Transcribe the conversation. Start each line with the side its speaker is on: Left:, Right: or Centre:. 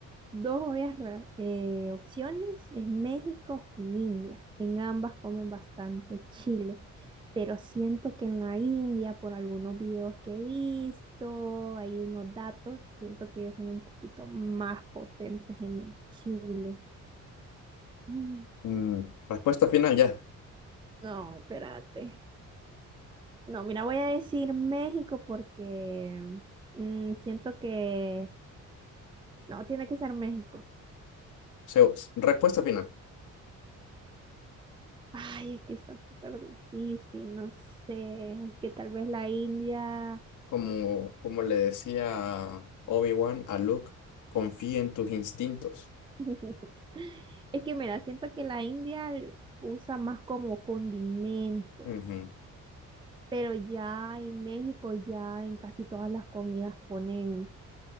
Right: dos obvias ra- eh, opciones es México y India. En ambas comen bastante chile, pero siento que en la India, por algunos videos que he visto, hay unos datos, siento que ellos son un poquito más potentes en el chile. Mm,
Left: Mm, respuesta final ya.
Right: No, espérate. No, mira, voy a decir México porque mm, siento que... No, tiene que ser México.
Left: Se- respuesta final.
Right: Ay, es que está súper difícil, no sé, es que tal vez la India...
Left: Como, como le decía Obi-Wan a Luke, confía en tus instintos.
Right: <laughs> Es que mira, siento que la India usa más como condimentos,
Left: Ujú.
Right: pero ya en México, ya en casi todas las comidas ponen